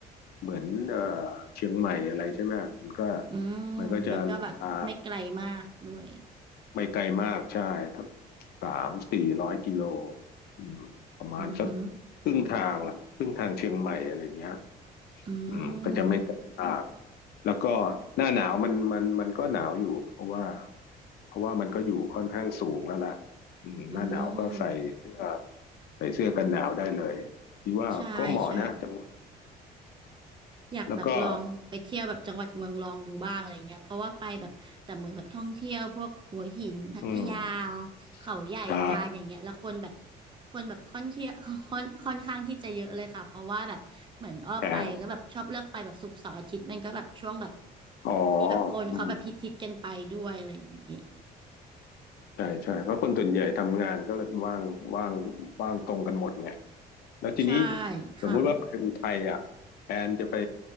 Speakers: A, on the left; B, on the right.
A: เหมือนเอ่อเชียงใหม่อะไรใช่ไหมมันก็
B: อืมมันก็แบบไม่ไกลมากด้วย
A: มันก็จะลงมา ไม่ไกลมาก ใช่สักสามสี่ร้อยกิโลอืมประมาณสัก
B: อือหือ
A: ครึ่งทางล่ะครึ่งทางเชียงใหม่อะไรอย่างเงี้ย
B: อื
A: อืมก็จะไม่ไกลมาก
B: ม
A: แล้วก็หน้าหนาวมันมันมันก็หนาวอยู่เพราะว่าเพราะว่ามันก็อยู่ค่อนข้างสูงแล้วล่ะอืมหน้าหนาวก็ใส่เสื้อ
B: อืม
A: ใส่เสื้อกันหนาวได้เลยที่ว่าก็เหมาะนะจังหวัด
B: ใช่ใช่ อยากแบบลองไปเที่ยวแบบจังหวัดเมืองรองดูบ้างอะไรเงี้ยเพราะว่าไปแบบแต่เมืองแบบท่องเที่ยวพวกหัวหินพัทยา
A: แล้วก็อืม
B: เขาใหญ่กาญอย่างเงี้ยแล้วคนแบบ
A: ใช่
B: คนแบบค่อนเที่ยว <laughs> ค่อนค่อนข้างที่จะเยอะเลยค่ะเพราะว่าแบบเหมือนอ้อไปก็แบบชอบเลือกไปแบบศุกร์เสาร์อาทิตย์มันก็แบบช่วงแบบ
A: แพงอ๋อ
B: ที่แบบคนเขาแบบฮิตฮิตกันไปด้วยอะไรอย่างงี้
A: อืมใช่ใช่เพราะคนส่วนใหญ่ทำงานก็เลยว่างว่างว่างตรงกันหมดไงแล้วทีนี้
B: ใช่ค่ะ
A: สมมุติว่าไปอุทัยอ่ะแอนจะไป